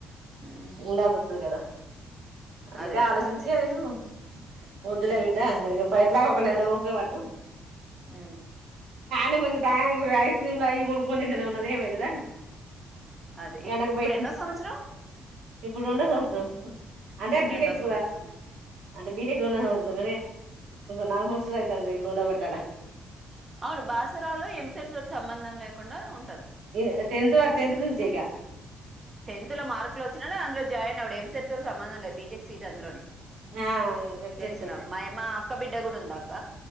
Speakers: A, on the right; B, on the right.
A: ఉమ్
B: ఇంద సతుగదా అందుకే
A: అదే అక్క
B: ఆలోచించయ
A: అదే
B: నేను పదులే
A: ఉమ్
B: వీట అ ఎట్లా ఒకక్కన గవాత
A: ఉమ్
B: నే మంచి తయకి ఐస్ క్రీమ్ ముంద ద నవన్న ఏమదరా
A: అదే
B: వెనకు
A: ఇ-
B: బై
A: ఇప్పుడు ఎన్నో సంవత్సరం
B: ఇప్పుడు ఉండదు జస్ అంటే బీటెక్
A: రెండో సంవత్సరం
B: అంటే బీటెక్ సంతాస న సంత్స అయిత అంద్ర ఇబ్డు ఉండ బట్టటా
A: అవును బాసరాలు ఎంసర్ తోటి సంబంధం లేకుండా ఉ
B: ఇ టెంతత్ టెత్ చేగా
A: టెన్త్ లో మార్కులు వచ్చినా అందులో జాయిన్ అవ్వడు ఎంసెర్ తూర్ సంబంధం లేదు బీటెక్ సీట్ అందులోని
B: ఆ మేము
A: తెలుసు
B: చేతితోటే
A: నాకు మా మా అక్క బిడ్డ కూడా ఉంది అక్క